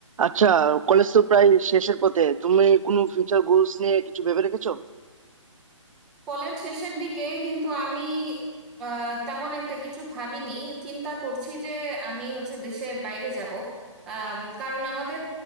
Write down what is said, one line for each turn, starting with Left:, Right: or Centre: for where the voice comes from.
Right: আচ্ছা কলেজ তো প্রায় শেষের পথে তুমি কোনো ফিউচার গোলস নিয়ে কিছু ভেবে রেখেছো
Centre: College শেষের দিকে কিন্তু আমি আহ, তেমন একটা কিছু ভাবিনি চিন্তা করছি যে আমি হচ্ছে দেশের বাইরে যাব কারণ আমাদের